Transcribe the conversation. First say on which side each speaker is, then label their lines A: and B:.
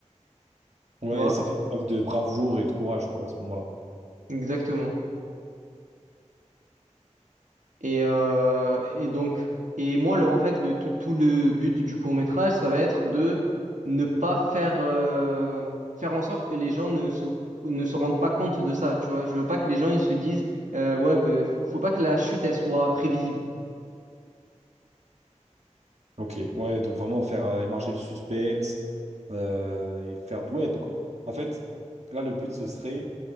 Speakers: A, on the right; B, on the right.
A: Ouais,
B: Tu vois,
A: et ça fait preuve de bravoure et de courage, quoi, à ce moment-là.
B: exactement. Et, euh, et donc, et moi, le, en fait, le, tout, tout le but du court-métrage, ça va être de ne pas faire, euh, faire en sorte que les gens ne se, ne se rendent pas compte de ça, tu vois. Je veux pas que les gens, ils se disent, euh, ouais, ben, faut, faut pas que la chute, elle soit prévisible.
A: Ok, ouais, donc vraiment faire euh, émarger le suspense euh, et faire ouais, donc en fait là le but ce serait